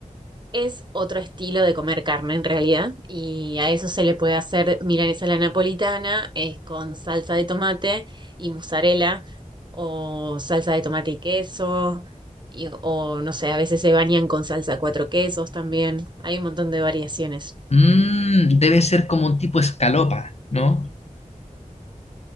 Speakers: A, on the right; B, on the left.
A: Es otro estilo de comer carne en realidad, y a eso se le puede hacer milanesa a la napolitana, es con salsa de tomate y mozzarella, o salsa de tomate y queso, y- o no sé, a veces se bañan con salsa de cuatro quesos también. Hay un montón de variaciones.
B: Mm, debe ser como un tipo escalopa, ¿no?